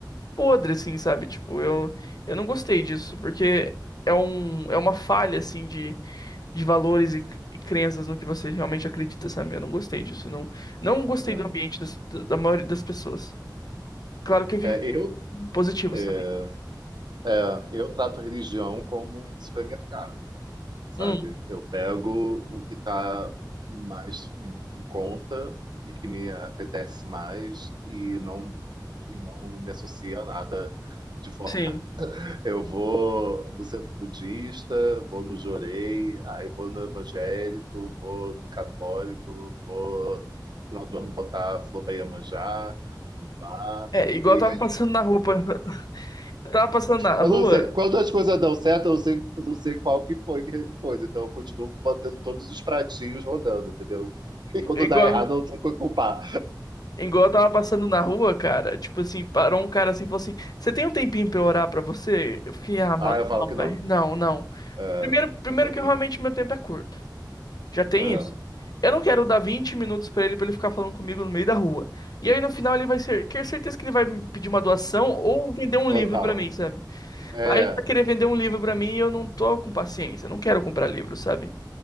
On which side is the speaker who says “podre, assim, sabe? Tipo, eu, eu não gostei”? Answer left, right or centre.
Left